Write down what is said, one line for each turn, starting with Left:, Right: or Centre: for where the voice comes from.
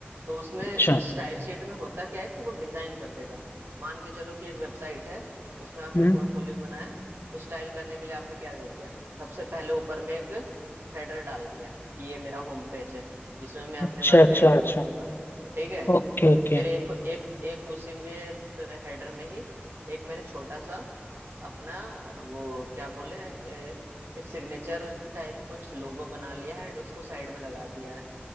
Right: तो उसमें
Left: अच्छा
Right: स्टाइल शीट में होता क्या है कि वो डिजाइन कर देगा मान के चलो कि एक वेबसाइट है उसमें आपने
Left: हम्म
Right: पोर्टफोलियो बनाया तो स्टाइल करने के लिए आपने क्या दे दिया सबसे पहले ऊपर में एक हेडर डाल दिया कि ये मेरा होम पेज है जिसमें मैं अपने
Left: अच्छा
Right: बारे
Left: अच्छा
Right: में इंट्रो
Left: अच्छा
Right: दूंगा ठीक है
Left: Okay okay
Right: फिर एक एक एक उसी में हेडर में ही एक मैंने छोटा सा अपना अ, वो क्या बोले अ, एक सिग्नेचर टाइप कुछ लोगो बना लिया है एंड उसको साइड में लगा दिया है